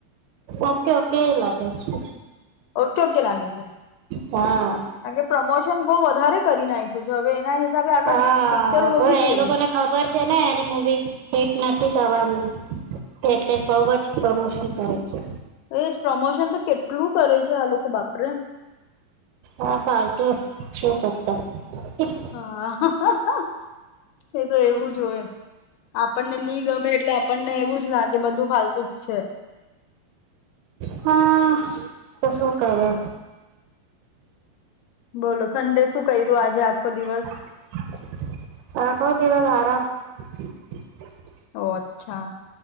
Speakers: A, on the right; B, on the left.
A: ઓકે ઓકે એ લાગે છે
B: ઓકે ઓકે લાગે છે.
A: હા
B: કારણ કે પ્રમોશન બહુ વધારે કરી નાખ્યું છે હવે એના હિસાબે આગળ
A: હા
B: પિક્ચર હોવી
A: પણ
B: જોઈએ
A: એ લોકોને ખબર છે ને એની મુવી હિટ નથ નથી થવાની એટલે બહુ જ પ્રમોશન કરે છે
B: એ જ પ્રમોશન તો કેટલું કરે છે આ લોકો બાપ રે!
A: આ ફાલતુ છે ફક્ત
B: હા <unintelligible> એ તો એવું જ હોય આપણને નહી ગમે એટલે આપણને એવું જ લાગે બધું ફતું જ છે.
A: હા તો સુ કરો?
B: બોલો સંડે શું કર્યું આજે આખો દિવસ
A: <unintelligible> <unintelligible>
B: ઓ અચ્છા.